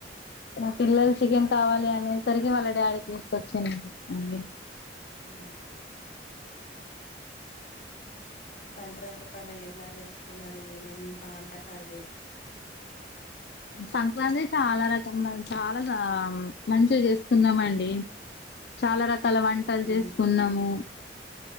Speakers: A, on the left; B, on the left.
A: మా పిల్లలు చికెన్ కావాలి అనేసరికి వాళ్ళ డాడీ తీసుకొచ్చిండు అండి.
B: <unintelligible> సంక్రాంతి పండుగ ఎలా జరుపుకున్నారు ఏమేం బాంటకాలు
A: సంక్రాంతి చాలా రకం చాలా ఆ మంచిగా చేస్తున్నామండి చాలా రకాల వంటలు
B: మ్మ్
A: చేసుకున్నాము